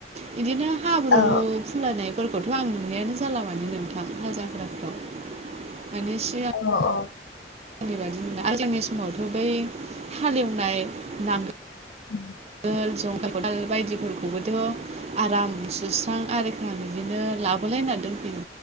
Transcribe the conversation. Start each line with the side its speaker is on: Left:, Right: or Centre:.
Right: बिदिनो हाब्रु
Left: औ
Right: खलाायनायफोरखौथ' आं नुनायानो जाला मानि नोंथां हाल जागाफ्राव माने सिगां
Left: अ अ
Right: आनि बादि ना आगांनि समावथ' बै हालेवनाय नांगौ।
Left: उम
Right: गोल जंगालखौ दाल बायदिफोरखौबो थ आराम सुस्रां आरिख्रां बिदिनो लाबोलायना दोनफै